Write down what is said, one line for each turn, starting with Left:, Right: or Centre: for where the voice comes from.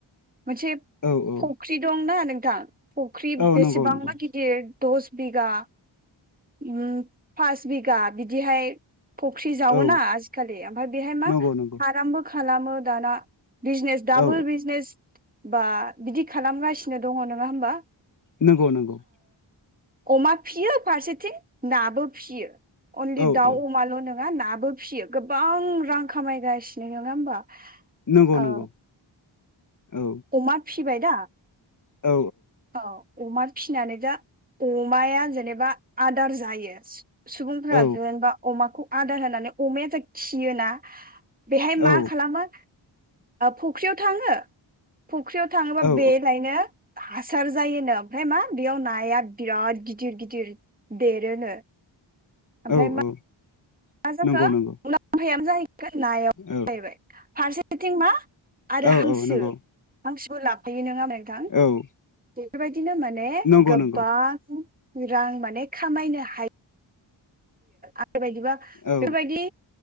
Right: मोनसे
Left: औ औ
Right: फख्रि दंना नोंथां फख्रि
Left: औ
Right: बेसेबांबा
Left: नंगौ नंगौ
Right: गिदिर दस बिगा उम फास बिगा बिदिहाय फुख्रि जावोना
Left: औ
Right: आजिखालि ओमफ्राय बेहाय मा
Left: नंगौ नंगौ
Right: फार्मबो खालामो दाना। बिजनेस दाबो
Left: औ
Right: बिजनेस बा बिदि खालामगासिनो दङ नङा होमबा?
Left: नंगौ नंगौ।
Right: अमा फियो फारसेथिं नाबो फियो अनलि
Left: औ
Right: दाउ
Left: औ
Right: अमाल' नों ङा नाबो फियो गोबां रां खामायगासिनो नङा होमबा?
Left: नंगौ
Right: औ
Left: नंगौ। औ
Right: अमा फिबाय दा
Left: औ
Right: औ अमा फिसिनानै दा अमाया जेनेबा आदार जायो। सुबुंफोरा
Left: औ
Right: जेनेबा अमाखौ आदार होनानै अमाय जे खियोना बेहाय
Left: औ
Right: मा खालामो फुख्रियाव थाङो फुख्रियाव थाङोबा
Left: औ
Right: बे लायनो हासार जायोनो ओमफ्राय मा बेयाव नाया बिराद गिदिर गिदिर देरोनो। ओमफ्राय
Left: औ
Right: मा
Left: औ।
Right: मा जाखो
Left: नंगौ
Right: उनाव
Left: नंगौ
Right: मुलाम्फायानो जाहैगोन नायाव
Left: औ
Right: जाहैबाय। फारसेथिं मा आरो
Left: औ
Right: हांसो
Left: औ नंगौ।
Right: हांसोबो लाफैयो नङा नोंथां
Left: औ
Right: बेफोरबायदिनो माने
Left: नंगौ
Right: गोबां
Left: नंगौ
Right: रां माने खामायनो हायो। आरो बायदिबा
Left: औ
Right: बेबायदि